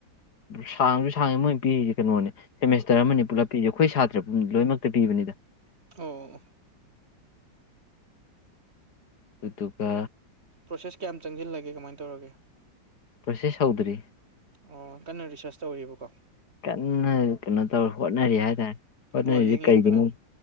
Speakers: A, on the left; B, on the right.
A: ꯁꯥꯡꯖꯨ ꯁꯥꯡꯉꯦ ꯃꯣꯏꯅ ꯄꯤꯔꯤꯁꯦ ꯀꯩꯅꯣꯅꯦ ꯁꯦꯃꯦꯁꯇꯔ ꯑꯃꯅꯤ ꯄꯨꯂꯞ ꯄꯤꯔꯤꯁꯦ ꯑꯩꯈꯣꯏ ꯁꯥꯇꯔꯎꯝ ꯂꯣꯏꯃꯛꯇ ꯄꯤꯕꯅꯦꯗ
B: ꯑꯣ ꯑꯣ
A: ꯑꯗꯨꯗꯨꯒ
B: ꯄ꯭ꯔꯣꯁꯦꯁ ꯀꯌꯥꯝ ꯆꯪꯁꯤꯜꯂꯒꯦ ꯀꯃꯥꯏ ꯇꯧꯔꯒꯦ
A: ꯄ꯭ꯔꯣꯁꯦꯁ ꯍꯧꯗ꯭ꯔꯤ
B: ꯑꯣ ꯑꯣ ꯀꯟꯅ ꯔꯤꯁꯥꯔꯁ ꯇꯧꯔꯤꯕꯀꯣ
A: ꯀꯟꯅ ꯀꯩꯅꯣ ꯇꯧꯔꯤ ꯍꯣꯠꯅꯔꯤ ꯍꯥꯏꯇꯥꯔꯦ ꯍꯣꯠꯅꯔꯤꯁꯤ
B: ꯕꯣꯜ ꯌꯦꯡ ꯌꯦꯡꯗꯅ
A: ꯀꯩꯒꯤꯅꯣ